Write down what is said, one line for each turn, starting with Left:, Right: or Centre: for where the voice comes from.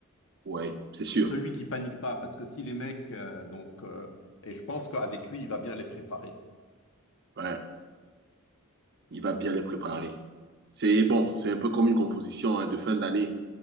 Right: Ouais, c'est sûr.
Left: Celui qui panique pas, parce que si les mecs, euh, donc, euh, et je pense qu'avec lui, il va bien les préparer.
Right: Ouais, il va bien les préparer. C'est bon, c'est un peu comme une composition hein, de fin d'année.